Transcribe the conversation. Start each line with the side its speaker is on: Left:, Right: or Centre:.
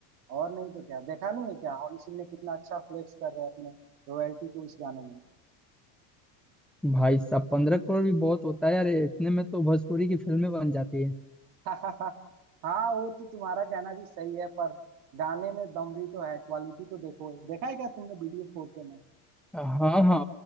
Right: और नहीं तो क्या देखा नहीं है क्या हनी सिंह ने कितना अच्छा फ्लेक्स कर रहे हैं अपने रॉयल्टी को इस गाने में
Centre: भाई साहब पंद्रह करोड़ भी बहुत होता है यार इतने में तो भोजपुरी की फिल्में बन जाती है
Right: हाँ वो तो तुम्हारा कहना भी सही है पर गाने में दम भी तो है क्वालिटी तो देखो देखा है क्या तुमने वीडियो फोर के में
Centre: हाँ हाँ